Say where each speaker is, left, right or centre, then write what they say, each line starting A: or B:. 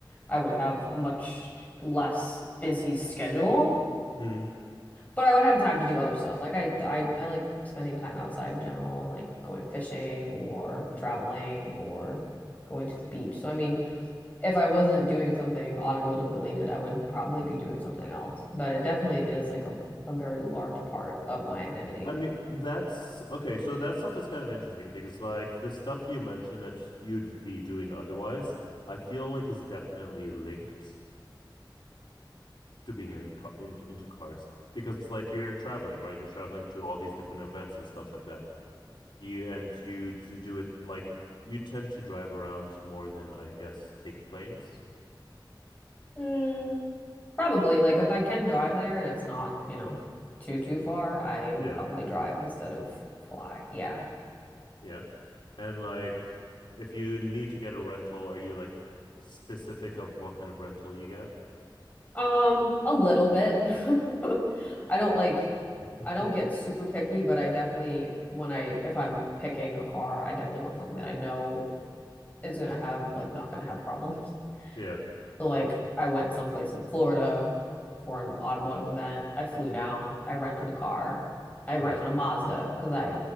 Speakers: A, on the left (about 20°); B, on the left (about 70°).
A: I would have a much less busy schedule,
B: Hmm.
A: but I would have time to do other stuff. Like I, I, I like spending time outside in general and like going fishing or traveling or going to the beach. So I mean, if I wasn't doing something automotive related, I would probably be doing something else. But it definitely is like a, a very large part of my identity.
B: I mean, that's okay. So that stuff is kind of interesting because like the stuff you mentioned that you'd be doing otherwise, I feel like is definitely linked to being in, car, in into cars because like you're traveling, right? You're traveling to all these different events and stuff like that. You and you to do it like you tend to drive around more than I guess take planes.
A: Mm-hmm. Probably, like if I can drive there and it's not, you know, too too far, I would
B: Yeah,
A: probably drive instead of fly. Yeah.
B: yeah. And like if you need to get a rental, are you like specific of what kind of rental you get?
A: Um, a little bit. <laughs> I don't like
B: <laughs>
A: I don't get super picky, but I definitely when I if I'm picking a car, I definitely want something that I know is gonna have like not gonna have problems.
B: Yeah,
A: So like I went someplace in Florida for an automotive event. I flew down. I rented a car. I rented
B: yeah.
A: a Mazda because I